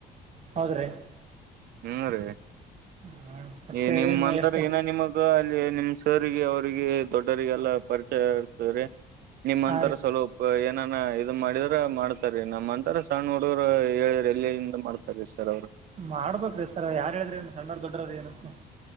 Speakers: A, on the right (about 40°); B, on the right (about 65°).
A: ಹೌದ್ರಿ
B: ಹ್ಮ ರಿ
A: ಹ್ಮ್ ಮತ್ತೆ
B: ಈ ನಿಮ್
A: ಏನ್
B: ಅಂತರ
A: ಎಷ್ಟ
B: ಏನ ನಿಮಗ ಅಲ್ಲಿ ನಿಮ್ ಸರಿಗೆ ಅವ್ರಿಗೆ ದೊಡ್ಡರಿಗೆಲ್ಲ ಪರಿಚಯ ಇತೆ ರಿ ನಿಮ್ಮಂತರ
A: ಹಾ ರೀ
B: ಸ್ಲ ಏನಾನ ಇದು ಮಾಡಿದ್ರ ಮಾಡ್ತಾರೀ ನಮ್ಮಂತರ ಸಣ್ಣ ಹುಡುಗರು ಹೇಳ ಎಲ್ಲಿಯಂದ ಮಾಡ್ತ ಅದು ಸರ್ ಅವರು
A: ಮಾಡ್ಬೇಕ್ರಿ ಸರ್ ಯಾರ್ ಹೇಳ್ದ್ರೆ ಏನು ಸಣ್ಣವ ದೊಡ್ವ್ರ ಏನು ಸರ್